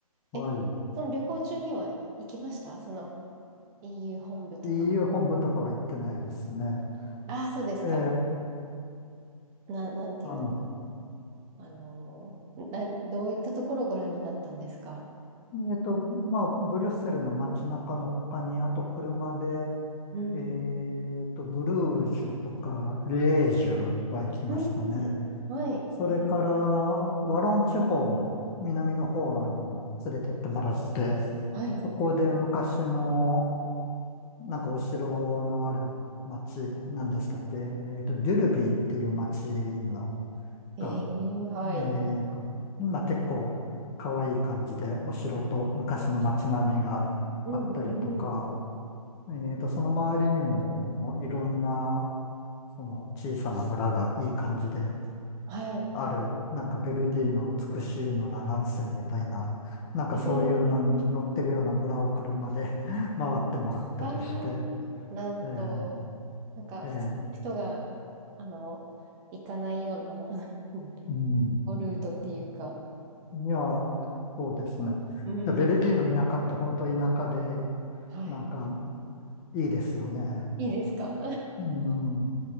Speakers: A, on the left; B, on the right.
A: はい。
B: え、その旅行中には行きましたその EU 本部とか。
A: EU 本部とかは行ってないですね。
B: ああ、そうですか。
A: ええ、
B: な、なんていうのか。
A: あの、
B: あのーな、どういったところをご覧になったんですか
A: えっと、まあ、ブリュッセルの街中の他に、あと車で、
B: うん。
A: えっと、ブルージュとか、リエージュは行きましたね。
B: うん。はい。
A: それから、
B: はい。
A: ワロン地方の南の方にも連れてってもらって、
B: はい。
A: そこで昔の、なんかお城のある街なんでしたっけ、えっと、デュルビーっていう街の
B: えー、
A: が
B: はい。
A: えーと、まあ、結構可愛い感じでお城と昔の街並みがあったりとか、
B: うんうんうん。
A: えーと、その周りにもいろんなその小さな村がいい感じで
B: はい。
A: ある、なんかベルディの美しい村南線みたいな、なんかそういうのに乗ってるような村を車で
B: えー、
A: <laughs> 回ってもらったりして、
B: わー、なんと、
A: えー
B: なんか、
A: えー
B: 普通の人が、あの、行かないような <laughs>
A: うん。
B: ルートっていうか、
A: いやー、そうですね。
B: うん
A: ベルギーの田舎って本当田舎で、
B: はい。
A: なんかいいですよね。
B: いいですか
A: うん。う